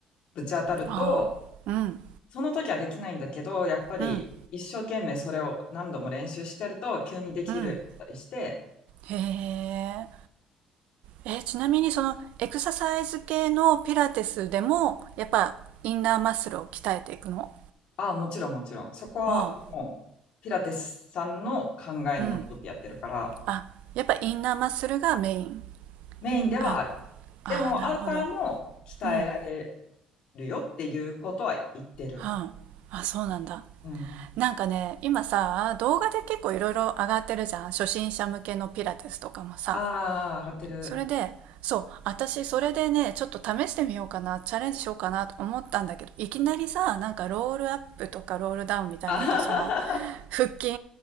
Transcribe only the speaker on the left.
ぶち当たると、
その時はできないんだけど、やっぱり一生懸命それを何度も練習してると、
急にできるようになったりして、
ああ、もちろんもちろん。そこはもう、
ピラティスさんの考えにのっとってやってるから、
メインではある。
でも、アウターも鍛えられ
るよっていうことは言ってる。
うん。
ああ、上がってる。
あはは